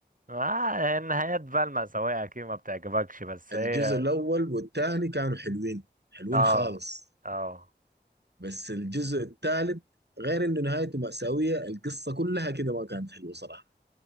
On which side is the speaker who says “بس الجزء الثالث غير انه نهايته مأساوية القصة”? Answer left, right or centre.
Right